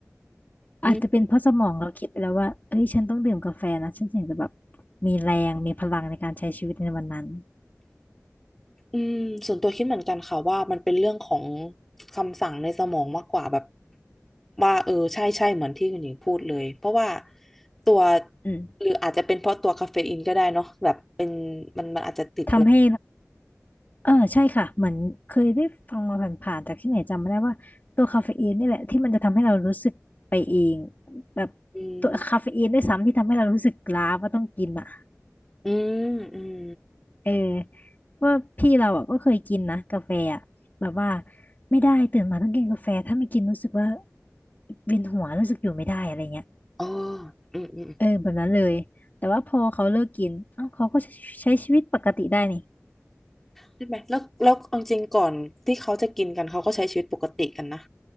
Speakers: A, in the centre; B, on the left.
A: อืม
B: อาจจะเป็นเพราะสมองเราคิดไปแล้วว่าเอ้ยฉันต้องดื่มกาแฟนะฉันถึงจะแบบมีแรงมีพลังในการใช้ชีวิตในวันนั้น
A: อืมส่วนตัวคิดเหมือนกันค่ะว่ามันเป็นเรื่องของคำสั่งในสมองมากกว่าแบบว่าเออใช่ใช่เหมือนที่คุณหญิงพูดเลยเพราะว่าตัว
B: อืม
A: หรืออาจจะเป็นเพราะตัวคาเฟอีนก็ได้เนาะแบบเป็นมันมันอาจจะติดเลย
B: ทำให้เออใช่ค่ะเหมือนเคยได้ฟังมาผ่านๆจากที่ไหนจำไม่ได้ว่าตัวคาเฟอีนนี่แหละที่มันจะทำให้เรารู้สึกไปเองแบบ
A: อืม
B: ตัวคาเฟอีนด้วยซ้ำที่ทำให้เรารู้สึกล้าว่าต้องกินอ่ะ
A: อืมอืม
B: เออว่าพี่เราอ่ะก็เคยกินนะกาแฟอ่ะแบบว่าไม่ได้ตื่นมาต้องกินกาแฟถ้าไม่กินรู้สึกว่าเวียนหัวรู้สึกอยู่ไม่ได้อะไรเงี้ย
A: โออืมอืม
B: เออแบบนั้นเลยแต่ว่าพอเขาเลิกกินเอ้าเขาก็ใช้ใช้ชีวิตปกติได้นี่
A: ใช่ไหมแล้วแล้วเอาจริงก่อนที่เขาจะกินกัน เขาก็ใช้ชีวิตปกติกันนะ